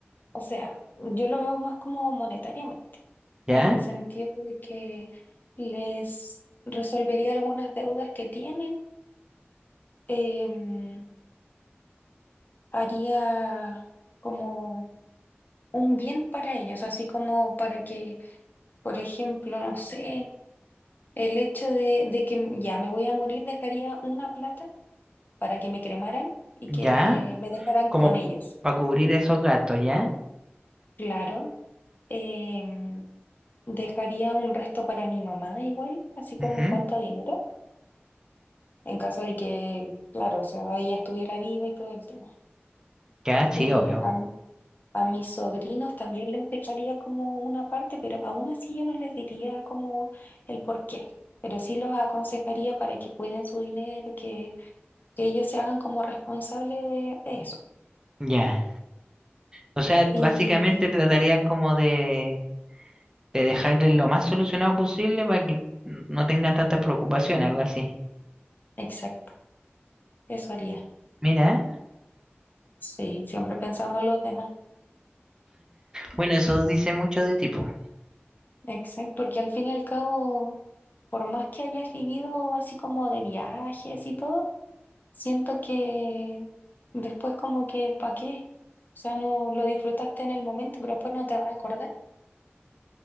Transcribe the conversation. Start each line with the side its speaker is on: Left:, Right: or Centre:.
Left: o sea, yo lo veo más como monetariamente,
Right: ¿Ya?
Left: en el sentido de que les resolvería algunas deudas que tienen. em, haría como un bien para ellos, así como para que, por ejemplo, no sé, el hecho de, de que ya me voy a morir, dejaría una plata para que me cremaran y
Right: ¿Ya?
Left: que me dejaran
Right: como
Left: con ellos.
Right: para cubrir esos gastos, ¿ya?
Left: Claro, em, dejaría un resto para mi mamá igual, así como
Right: Ujú.
Left: en cuanto a dinero, en caso de que, claro, o sea, ella estuviera viva y todo el tema.
Right: Ya, sí,
Left: Eh,
Right: obvio.
Left: a A mis sobrinos también les dejaría como una parte, pero aún así yo no les diría como el por qué, pero sí los aconsejaría para que cuiden su dinero, que, que ellos se hagan como responsables de, de eso.
Right: Ya. O sea,
Left: Y
Right: básicamente tratarías como de, de dejarles lo más solucionado posible para que no tengan tantas preocupaciones, algo así.
Left: exacto, eso haría.
Right: Mira,
Left: Sí, siempre pensando en los demás.
Right: bueno, eso dice mucho de tipo.
Left: Exacto, porque al fin y al cabo, por más que hayas vivido así como de viajes y todo, Siento que después como que, ¿para qué? O sea, no lo disfrutaste en el momento, pero después no te vas a acordar,